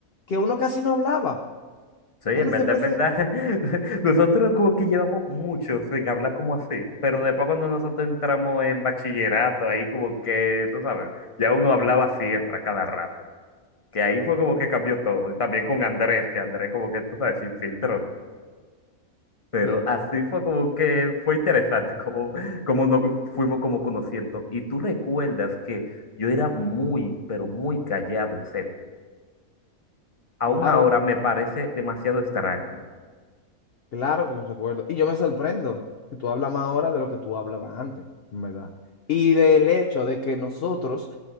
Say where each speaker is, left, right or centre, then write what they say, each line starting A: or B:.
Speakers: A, on the left; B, on the left.
A: que uno casi no hablaba.
B: Sí, en
A: Uno
B: verdad,
A: siempre
B: en
A: se...
B: verdad, <laughs> nosotros como que llevamos mucho sin hablar como así, pero después cuando nosotros entramos en bachillerato, ahí como que, tú sabes, ya uno hablaba siempre, a cada rato, que ahí fue como que cambió todo, y también con Andrés, que Andrés como que, tú sabes, se infiltró. Pero
A: Sí,
B: así fue como que fue interesante, <laughs> como, como nos fuimos como conociendo. Y tú recuerdas que yo era muy, pero muy callado en séptimo. Aún
A: claro
B: ahora me parece demasiado extraño.
A: Claro que los recuerdo. Y yo me sorprendo que tú hablas más ahora de lo que tú hablabas antes, en verdad. Y del hecho de que nosotros,